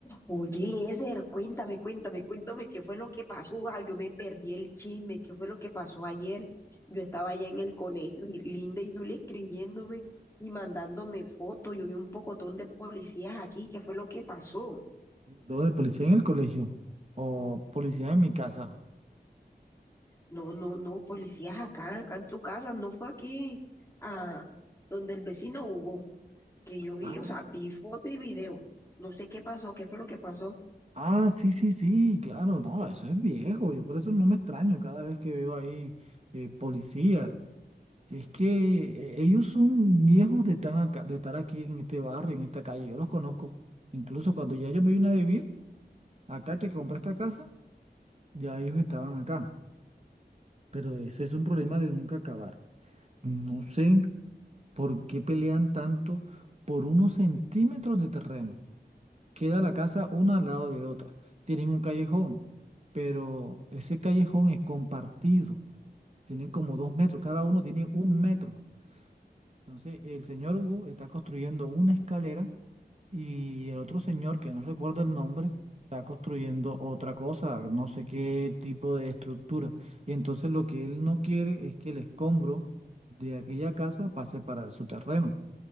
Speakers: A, on the left; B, on the right.
A: Oye, Eliezer, cuéntame, cuéntame, cuéntame qué fue lo que pasó. Ah, yo me perdí el chisme, qué fue lo que pasó ayer. Yo estaba allá en el colegio y Linda y Julia escribiéndome y mandándome fotos. Yo vi un pocotón de policías aquí, qué fue lo que pasó.
B: ¿Lo de policía en el colegio? ¿O policía en mi casa?
A: No, no, no, policías acá, acá en tu casa, no fue aquí a donde el vecino Hugo, que yo vi,
B: Ah,
A: o sea, vi foto y video. No sé qué pasó, qué fue lo que pasó.
B: ah, sí, sí, sí, claro, no, eso es viejo, yo por eso no me extraño cada vez que veo ahí eh, policías. Es que eh, ellos son viejos de, tan acá- de estar aquí en este barrio, en esta calle, yo los conozco. Incluso cuando ya yo me vine a vivir, acá que compré esta casa, ya ellos estaban acá. Pero eso es un problema de nunca acabar. No sé, ¿Por qué pelean tanto por unos centímetros de terreno? Queda la casa una al lado de otra. Tienen un callejón, pero ese callejón es compartido. Tienen como dos metros, cada uno tiene un metro. Entonces, el señor Hugo está construyendo una escalera y el otro señor, que no recuerdo el nombre, está construyendo otra cosa, no sé qué tipo de estructura. Y entonces lo que él no quiere es que el escombro de aquella casa pase para su terreno